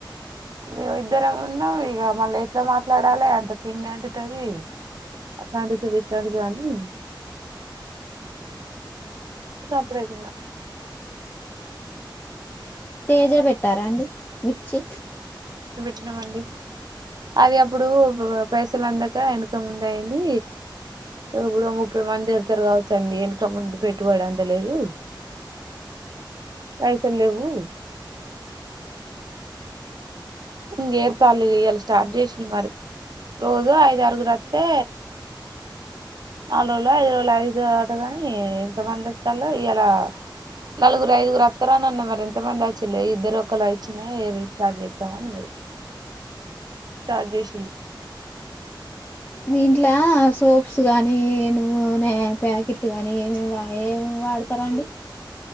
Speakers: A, on the right (about 55°); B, on the left (about 20°).
A: ను ఇద్దర ఏ ఉన్నాం ఇక మళ్ళీ ఎట్లా మాట్లాడాలి అంత పిండి అంటతుంది అట్లాంటతుంది ఎట్లాంటది అని సపడదున్నా
B: తేజ పెట్టారా అండి మిర్చి
A: చిమండి అది అప్పుడు పైసలు అందాక వెనక ముందు అయింది ఇప్పుడు ముప్పై మంది తిడతారు కావచ్చండి వెనక ముందు పెట్టుబడు అందలేదు పైసలు లేవు ఇంగేర్ తాళ్ళు ఇయాలి స్టార్ట్ చేసిన మరి రోజు ఐదురుగురస్తే నాలు రోజులు ఐదు రోజుల ఐదు ఆటగాని ఎంతమంది వస్తలో ఇయలా నలుగురు ఐదుగురు వస్తారని అండి మరి ఎంత మంది వచ్చిలే ఇద్దరు ఒకళ్ళు వచ్చిన స్టార్ట్ చేస్తాముది స్టార్ట్ చేసింది
B: మీ ఇంట్ల సోప్స్ గానీ నూనే ప్యాకెట్లు గానీ ఏమే ఏ వాడతారా అండి